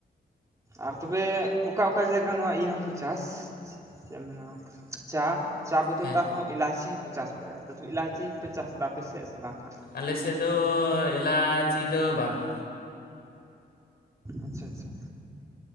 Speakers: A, on the right; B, on the left.
A: ᱟᱨ ᱛᱚᱵᱮ ᱚᱠᱟ ᱚᱠᱟ ᱡᱟᱭᱜᱟ ᱱᱚᱣᱟ ᱤᱭᱟᱹ ᱦᱚᱸᱯᱮ ᱪᱟᱥ ᱪᱮᱫ ᱮᱢ ᱢᱮᱱᱟ ᱪᱟ ᱪᱟ ᱵᱚᱫᱚᱞ
B: ᱦᱮᱸ
A: ᱛᱮ ᱟᱨᱦᱚᱸ ᱤᱞᱟᱭᱪᱤ ᱦᱚᱸᱠᱚ ᱪᱟᱥ ᱵᱟᱲᱟᱭᱟ, ᱛᱚ ᱤᱞᱟᱭᱪᱤ ᱦᱚᱸᱯᱮ ᱪᱟᱥ ᱫᱟ ᱟᱯᱮᱥᱮᱫ ᱥᱮ ᱵᱟᱝ ᱦᱟᱸᱜ?
B: ᱟᱞᱮᱥᱮᱫ ᱫᱚ ᱮᱞᱟ-ᱪᱤ ᱫᱚ ᱵᱟᱝ ᱾
A: ᱟᱪᱪᱷᱟ ᱟᱪᱪᱷᱟ